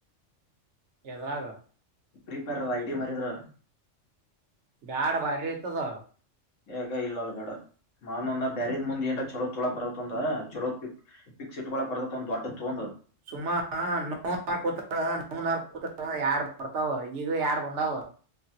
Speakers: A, on the right; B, on the left.
A: ಎದ್ರಾಗ್.
B: ಫ್ರೀಫೈರ್ ಐಡಿ ಮಾರಿದ್ರ -
A: ಬ್ಯಾಡ ಬಾರಿ ಆಯ್ತಿ ಅದ.
B: ಯಾಗ ಇಲ್ಲ ಅಲ್ ಬೇಡ ಮಾಡುನ ಬ್ಯಾರದ್ ಮುಂದ್ ಏನ್ರ ಚಲೋ ತೊಗೊಳಾಕ್ ಬರತೈತಿ ಒಂದ ಚಲೋ ಪಕ್ ಫಿಕ್ಸ್ ಇಟ್ಟಕೋಲಾಕ್ ಬರ್ತೇತಿ ಒಂದು ದೊಡ್ಡ ತೊಗೊಂಡ.
A: ಸುಮ್ಮ ನಿನ್ ಒಂದ್ ಆರ ಕೊಟ್ರ ನಾ ಒಂದ ಆರ್ ಕೊಟ್ರಾ ಎರಡ್ ಬರ್ತಾವ ಈಗ ಯಾಡ ಬಂದಾವ.